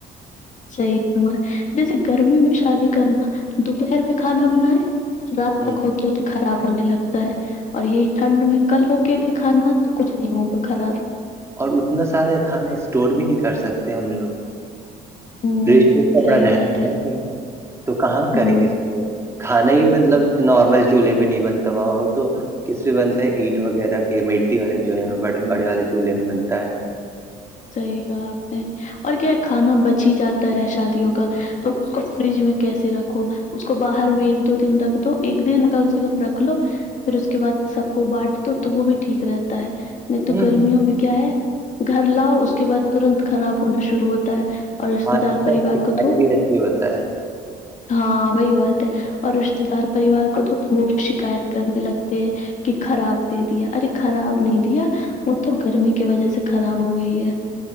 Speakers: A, on the left (about 45°); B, on the right (about 15°).
A: صحیح نما جیسے گرمی میں شادی کرنا دوپہر میں کھانا بنائے رات
B: ہ
A: تک ہوتی ہو تو خراب ہونے لگتا ہے اور یہی ٹھنڈ میں کل ہو کے بھی کھانا تو کچھ نہیں ہوگا خراب
B: اور اتنا سارا کھانا اسٹور بھی نہیں کر سکتے ہم لوگ
A: ہوں
B: فش کپڑا
A: صحیح
B: رہتا
A: بات
B: ہے نہیں ہے تو کہاں کریں
A: ہوں
B: گے اس کھانا ہی مطلب نارمل چولہے پہ نہیں بنتا ہوا وہ تو کس پ بنتا ہے اینٹ وغیرہ کے مٹی والے چولہے میں بڑے والے چولہے میں بنتا ہے
A: صحیح کہا آپ نے اور کیا کھانا بچی ہی جاتا ہے شادیوں کا تو اس کو فریج میں کیسے رکھو اس کو باہر بھی ایک دو دن رکھ دو ایک دن کم سے کم رکھ لو پھر اس کے بعد سب کو بانٹ دو تو وہ بھی ٹھیک رہتا ہے نہیں تو
B: ہوں
A: گرمیوں میں کیا ہے گھر لاؤ اس کے بعد ترنت خراب ہونا شروع ہوتا ہے اور رشتے
B: آج
A: دار پریوار
B: تک دکھائی
A: کو دو
B: بھی ایسے ہوتا ہے
A: ہاں وہی بات ہے اور رشتے دار پریوار کو تو تو وہ بھی شکایت کرنے لگتے ہیں کہ خراب دے دیا ارے خراب نہیں دیا وہ تو گرمی کی وجہ سے خراب ہو گئی ہے